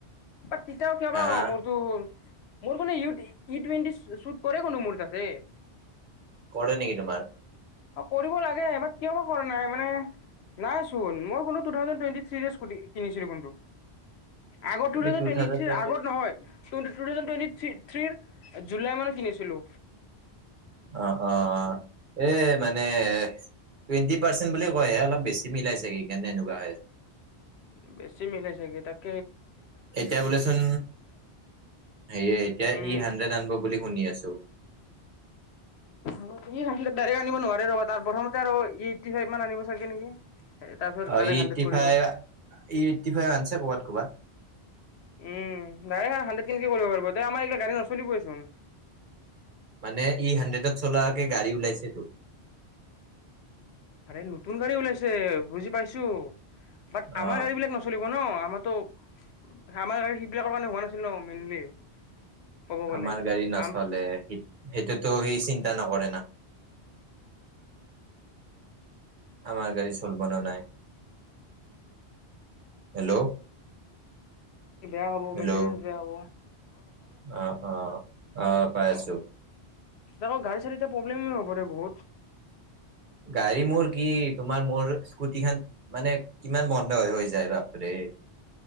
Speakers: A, on the left; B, on the right.
A: বা তিতাও কে
B: হা
A: বা
B: হা
A: হ মোৰ তো- মোৰ মানে ইউটি, ই টুৱেন্টি শুট কৰে কোনো মোৰ তাতে?
B: কৰে, নেকি তোমাৰ?
A: অ', কৰিব লাগে কিয় বা কৰা নাই মানে, নাই। মই বুলো তুথাউজেণ্ড টুৱেন্তি থ্ৰিৰে স্কুতি কিনিছিলো কিন্তু। আগ
B: তুমি
A: two thousand
B: two
A: twenty
B: thousand
A: three
B: টুৱেন্টিত
A: আগত নহয়, তুথাউজেণ্ড টুৱেন্তি থ থ্ৰীৰ জুলাই মানত কিনিছিলো।
B: অ', অ', অ', এ মানে, টুৱেণ্টি পাৰ্চেন বুলি কয়ে অলপ বেছি মিলাই চাগে সেইকাৰণে এনেকুৱা
A: বেছি মিলে চাগে তাক।
B: এতিয়া বোলেচোন, হেয়ে এতিয়া
A: উম
B: ই হান্দ্ৰেড আনব বুলি শুনি আছো।
A: আনিব নোৱাৰে ৰব তাৰ প্ৰথমতে আৰু ই এইট্টি ফাইভ মান আনিব চাগে নেকি। তাৰপিছত
B: অ',
A: ডাইৰেক্ট
B: ই এইট্টি
A: হাণ্ড্ৰেড কৰিব
B: ফাইভ ই এইটটি ফাইভ আনিছে ক'ৰবাত ক'বাত।
A: উম দ হান্দ্ৰেড কেনক কৰিব পাৰিব আমাৰ এইগিলা গাড়ী নচলিবইচোন।
B: মানে ই হাণ্ড্ৰেডত চলাকে গাড়ী ওলাইছেতো।
A: এই নতুন গাড়ী ওলাইছে বুজি পাইছো বাট
B: অ
A: আমাৰ গাড়ী বিলাক নচলিব ন'। আমাৰো আমাৰ সেইবিলাকৰ কাৰণে হোৱা নাছিল ন' মেইনলি। ক'ব গ'লে
B: আমাৰ গাড়ী নচলে
A: আম
B: সেইটোতো সেইটোৱেটো সি চিন্তা নকৰে না।
A: আ <unintelligible>
B: আমাৰ গাড়ী চলব নে নাই। হেল্ল'।
A: বেয়া হ'ব,
B: হেল্ল'
A: মেইনটেনেন্স বেয়া হ'ব
B: অ', অ'। অ পাই
A: অয়া
B: আছো
A: <unintelligible> আকৌ গাড়ী চাড়ী এতিয়া প্ৰব্লেম হ'বৰে বহুত
B: গাড়ী মোৰ কি তোমাৰ মোৰ স্কুটি খন মানে কিমান বন্ধ হৈ যায় বাপৰে।